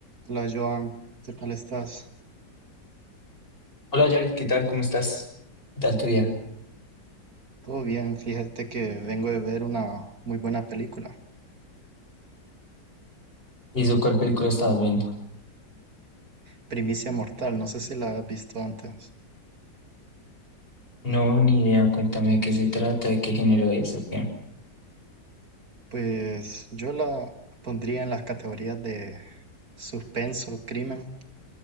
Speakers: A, on the right (about 55°); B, on the left (about 30°).
A: Hola Joan, ¿qué tal estás?
B: Hola Yaris, ¿qué tal? ¿Cómo estás? ¿Qué tal tu día?
A: Todo bien, fíjate que vengo de ver una muy buena película,
B: ¿Y eso cuál película estabas viendo?
A: Primicia Mortal, no sé si la has visto antes.
B: No, ni idea, cuéntame de qué se trata, de qué género es, o qué.
A: Pues yo la pondría en las categorías de suspenso, crimen.